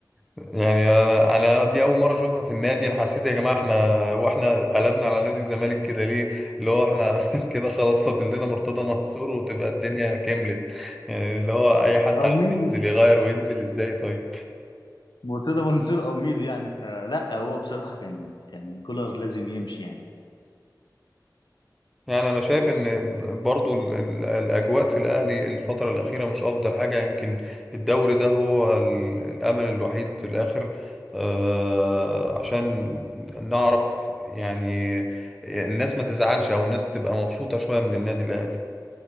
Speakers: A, in the centre; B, on the left.
A: يعني انا انا دي اول مره اشوفها في النادي انا حسيت يا جماعه احنا واحنا قلبنا على نادي الزمالك كده ليه اللي هو احنا <laughs> كده خلاص فاضل لنا مرتضى منصور وتبقى الدنيا كملت يعني اللي هو اي حد
B: او
A: عايز
B: ميدو
A: ينزل يغير وينزل ازاي طيب
B: مرتضى منصور او ميدو يعني فلا هو بصراحه كان كان كولر لازم يمشي يعني
A: يعني انا شايف ان برضو ال- ال- الاجواء في الاهلي الفتره الاخيره مش افضل حاجه يمكن الدوري ده هو ال- الامل الوحيد في الاخر آه، عشان نعرف يعني الناس ما تزعلش او الناس تبقى مبسوطه شويه من النادي الاهلي